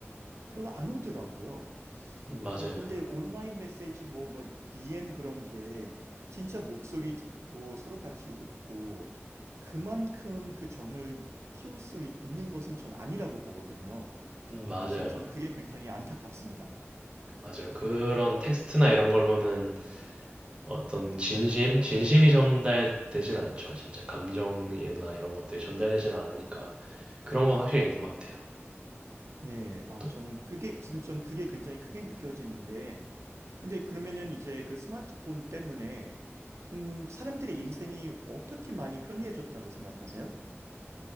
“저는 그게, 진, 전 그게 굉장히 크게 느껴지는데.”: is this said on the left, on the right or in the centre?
Right